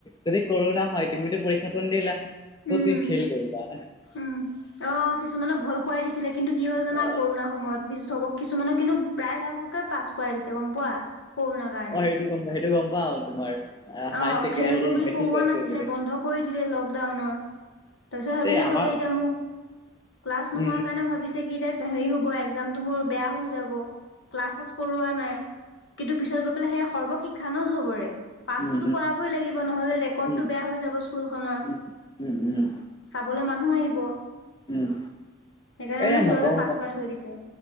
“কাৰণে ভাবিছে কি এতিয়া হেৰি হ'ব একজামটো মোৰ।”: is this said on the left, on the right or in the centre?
Left